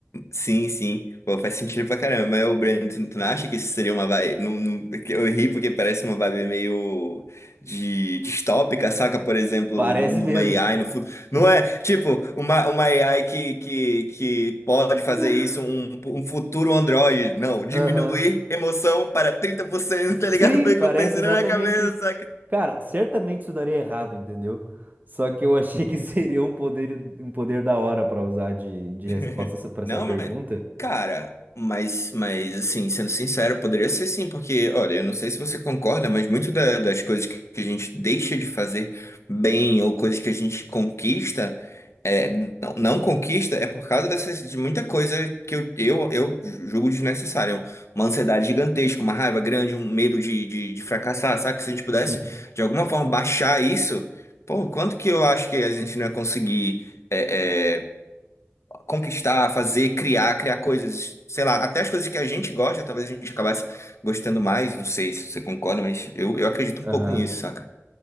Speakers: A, on the left; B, on the right.
A: Sim, sim. Pô, faz sentido pra caramba. Mas o Breno, tu tu não acha que isso seria uma vibe. Não, não- que eu ri porque parece uma vibe meio de distópica, saca? Por exemplo,
B: Parece
A: de um- de
B: mesmo.
A: uma AI no futuro. Não é, tipo, uma, uma AI que, que, que pode fazer
B: <laughs>
A: isso, um, um futuro Android. Não, diminuir
B: Aham.
A: emoção para trinta por cento
B: Sim,
A: tá ligado? Foi
B: parece
A: o que eu pensei
B: exatamente
A: na minha cabeça,
B: isso. Cara, certamente isso daria errado, entendeu? Só que eu achei que <laughs> seria um poder, um poder da hora pra usar de, de resposta
A: <laughs>
B: pra essa
A: Não,
B: pergunta.
A: mas. Cara, mas, mas assim, sendo sincero, poderia ser sim, porque, olha, eu não sei se você concorda, mas muito da- das coisas que a gente deixa de fazer bem ou coisas que a gente conquista, é, não, não conquista, é por causa dessas, de muita coisa que eu, eu, eu julgo desnecessária. Uma ansiedade gigantesca, uma raiva grande, um medo de, de, de fracassar, sabe? Se a gente pudesse,
B: Sim.
A: de alguma forma, baixar isso, pô, quanto que eu acho que a gente não ia conseguir. é, é, conquistar, fazer, criar, criar coisas, sei lá, até as coisas que a gente gosta, talvez a gente acabasse gostando mais, não sei se você concorda, mas eu, eu acredito um
B: Aham.
A: pouco nisso, saca?